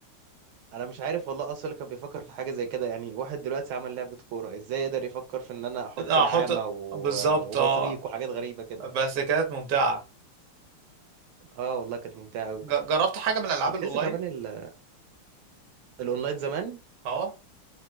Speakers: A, on the right (about 75°); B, on the right (about 55°).
A: انا مش عارف والله اصلا اللي كان بيفكر في حاجة زي كده يعني واحد دلوقتي عمل لعبة كورة ازاي يقدر يفكر في ان انا
B: <laughs>
A: احط
B: لا
A: نعامة
B: احط
A: و...
B: بالظبط
A: وبطريق
B: اه
A: وحاجات غريبة كده
B: بس كانت ممتعه
A: اه والله كانت ممتعة قوي
B: ج- جربت حاجه من الالعاب
A: وتحس
B: الاونلاين
A: كمان ال... الاونلاين زمان
B: اه